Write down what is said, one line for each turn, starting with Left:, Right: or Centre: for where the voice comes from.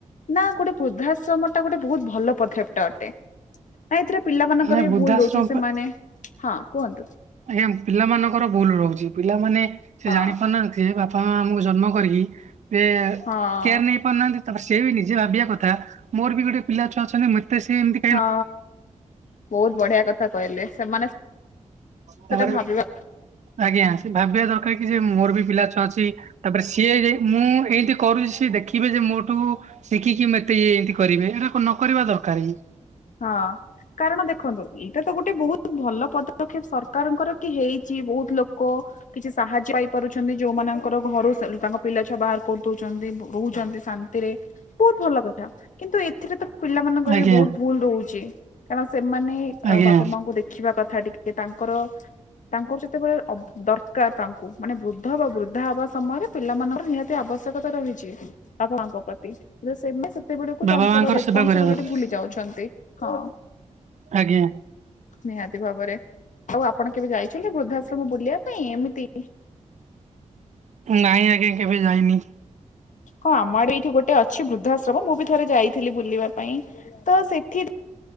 Left: ନା ଗୋଟେ ବୃଦ୍ଧାଶ୍ରମ ଏଟା ଗୋଟେ ବୋହୁତ ଭଲ ପଦକ୍ଷେପ ଅଟେ ନା ଏଥିରେ ପିଲା ମଙ୍କର
Right: ନା
Left: ବି
Right: ବୃଦ୍ଧାଶ୍ରମ
Left: ଭୁଲ ରହୁଛି ସେମାନେ ହଁ। କୁହନ୍ତୁ।
Right: ଆଜ୍ଞା ପିଲାମାନାନଙ୍କର ଭୁଲ ରହୁଚି, ପିଲାମାନେ ସେ
Left: ହଁ
Right: ଜାଣି ପାରୁନାହାନ୍ତି ସେ ବାପା ମା ଆମକୁ ଜନ୍ମ କରିକି ଏ
Left: ହଁ
Right: କେୟାର ନେଇ ପାରୁନାହାନ୍ତି। ତାପରେ ସେ ବି ନିଜେ ଭାବିବା କଥା ମୋର ବି ଗୋଟେ ପିଲା ଛୁଆ ଅଛନ୍ତି ମତେ ସେମିତି
Left: ହଁ ବୋହୁତ ବଢିଆ କଥା କହିଲେ ସେମାନେ
Right: ତାପରେ
Left: ସେଟା ଭାବିବା
Right: ଆଜ୍ଞା ସେ ଭାବିବା ଦରକାର କି ଯେ ମୋର ବି ପିଲା ଛୁଆ ଅଛି। ତାପରେ ସିଏ ମୁଁ ଏଇତି କରୁଚି ସିଏ ଦେଖିବେ ଯେ ମୋଠୁ ଶିଖିକି ମତେ ଇଏ ଏମିତି କରିବେ ଏଇଟା ନକର ଦରକାର ଏଇଁ
Left: ହଁ କାରଣ ଦେଖନ୍ତୁ ଏଇଟା ତ ଗୋଟେ ବୋହୁତ ଭଲ ପଦକ୍ଷେପ ସରକାରଙ୍କର କି ହେଇ କି ବୋହୁତ ଲୋକ କିଛି ସାହାଯ୍ୟ ପାଇପାରୁଚନ୍ତି ଯୋଉମାନଙ୍କର ଘରୁ ତାଙ୍କ ପିଲାଛୁଆ ବାହାର କରିଦଉଛନ୍ତି ରହୁଛନ୍ତି ଶାନ୍ତି ବୋହୁତ ଭଲ କଥା କିନ୍ତୁ ଏଥିରେ ତ ପିଲାମାନାନଙ୍କର
Right: ଆଜ୍ଞା
Left: ବି ବୋହୁତ ଭୁଲ ରହୁଚି କାରଣ ସେମାନେ
Right: ଆଜ୍ଞା
Left: ବାପା ମାଙ୍କୁ ଦେଖ ଦେଖିବା କଥା ଟିକେ ତାଙ୍କର ତାଙ୍କର ଯେତେବେଳେ ଅ ଦର୍ ତାଙ୍କୁ ମାନେ ବୃଦ୍ଧ ବା ବୃଦ୍ଧା ହବା ସମୟରେ ପିଲାମାନାନଙ୍କର ନିହାତି ଆବଶ୍ୟକତା ରହିଚି। <unintelligible> ପ୍ରତି। ସେମାନେ ସେତେବେଳକୁ
Right: ବାବା
Left: ତାଙ୍କର
Right: ମାଙ୍କର
Left: ରେପନସିବିଲିଟି
Right: ସେବା କରିବା ଦରକାର
Left: ଭୁଲି ଯାଉଛନ୍ତି ହଁ।
Right: ଆଜ୍ଞା।
Left: ନିହାତି ଭାବରେ ଆଉ ଆପଣ କେବେ ଯାଇଛନ୍ତି ବୃଦ୍ଧାଶ୍ରମ ବୁଲିବା ପାଇଁ ଏମିତି।
Right: ନାଇଁ ଆଜ୍ଞା। କେବେ ଯାଇନି
Left: ହଁ ଆମ ଆଡେ ଏଇଠି ଗୋଟେ ଅଛି ବୃଦ୍ଧାଶ୍ରମ ମୁଁ ବି ଥରେ ଯାଇଥିଲି ବୁଲିବା ପାଇଁ ତ ସେଠି